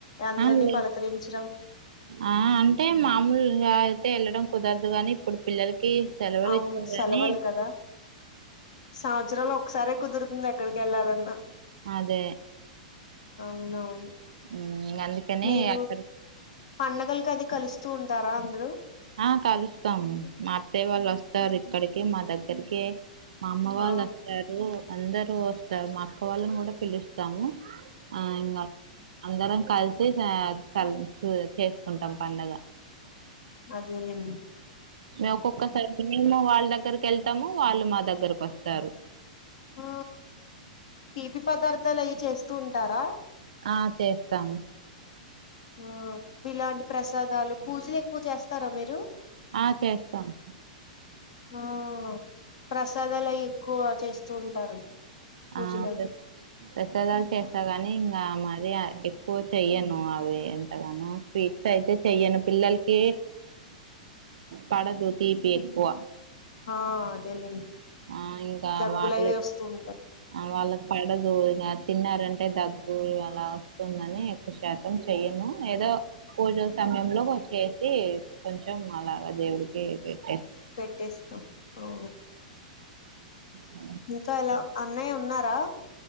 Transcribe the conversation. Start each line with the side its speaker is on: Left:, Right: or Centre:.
Left: అందరినీ
Right: అ లే
Left: పలకరించడం
Right: ఆ అంటే మామూలుగా అయితే వెళ్ళడం కుదరదు గాని ఇప్పుడు పిల్లలకి సెలవులు
Left: అవును
Right: ఇచ్చిరని
Left: సెలవులు కదా సంవత్సరంలో ఒకసారే కుదురుతుంది ఎక్కడికి కేళ్ళాలన్నా
Right: అదే
Left: అవునవును
Right: మ్, అందుకని
Left: మీరు
Right: అక్కడ
Left: పండగలకు అది కలిసి స్తు ఉంటారా అందరు
Right: ఆ కలుస్తాము మా అత్తయ్య వాళ్ళు వస్తారు ఇక్కడికి మా దగ్గరికి మా అమ్మ వాళ్ళు
Left: ఆ
Right: వస్తారు అందరు వస్తారు మా అక్క వాళ్ళని కూడా పిలుస్తాము ఆ ఇంగా అందరం కలిసి చ చూ చేసుకుంటాం పండగ
Left: అదేలెండి
Right: మేము ఒక్కొక్కసారి మేమువాళ్ళ దగ్గరకి వెళ్తాము వాళ్ళు మా దగ్గరకు వస్తారు
Left: ఆ తీపి పదార్థాలు అయి చేస్తూ ఉంటారా
Right: ఆ చేస్తాము
Left: ఆ ఇలాంటి ప్రసాదాలు పూజలు ఎక్కువ చేస్తారా మీరు
Right: ఆ చేస్తాము
Left: ఆ ప్రసాదాలు అయి ఎక్కువ చేస్తూ ఉంటారు పూజలు
Right: ఆ ప్ర ప్రసాదాలు చే స్తగాని ఇంగా మరి ఎక్కువ చెయ్యను అవి ఎంతగానో స్వీట్స్ అయితే చెయ్యను పిల్లలకి పడదు తిపి ఎక్కువ
Left: ఆ అదేలేండి
Right: ఆ ఇంకా
Left: దగ్గులు
Right: వాటి
Left: అవి
Right: లోకి
Left: వస్తూ ఉంటాయి
Right: ఆ వాళ్ళకు పడదు ఇన తిన్నారంటే దగ్గు అలా వస్తుందని ఎక్కువ శాతం చెయ్యను ఏదో తో పూజల సమయంలో చేసి కొంచెం అలాగా దేవుడికి పె
Left: పెట్టేస్తం ఓ
Right: అ
Left: ఇంకా ఇలా అన్నయ్య ఉన్నారా